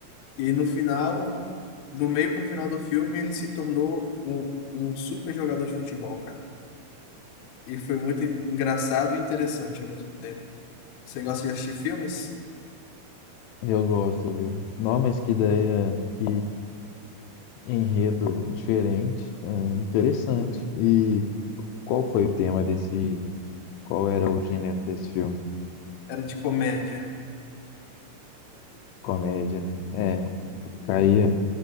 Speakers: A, on the left; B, on the left.
A: E no final, do meio para o final do filme, ele se tornou um, um super jogador de futebol, cara. E foi muito engraçado e interessante ao mesmo tempo. Você gosta de assistir filmes?
B: Eu gosto, viu? Não, mas que ideia, que enredo diferente, ah, interessante. E qual foi o tema desse, qual era o gênero desse filme?
A: Era de comédia.
B: Comédia, né? É, caía,